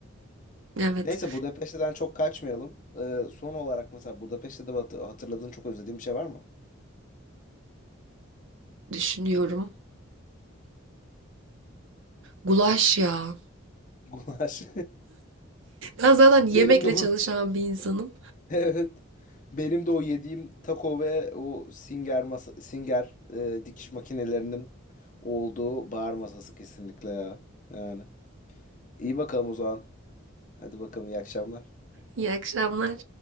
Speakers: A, on the right; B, on the left.
A: Evet
B: Neyse Budapeşte'den çok kaçmayalım. E, son olarak mesela Budapeşte'de hat- hatırladığın çok özlediğin bir şey var mı?
A: düşünüyorum. Gulaş ya.
B: <laughs> Gulaş.
A: Ben zaten
B: <laughs>
A: yemekle
B: Benim de o.
A: çalışan bir insanım.
B: <laughs> Evet. Benim de o yediğim taco ve o Singer masa- Singer e, dikiş makinelerinin olduğu bar masası kesinlikle ya. Yani. İyi bakalım o zaman. Hadi bakalım iyi akşamlar.
A: İyi akşamlar.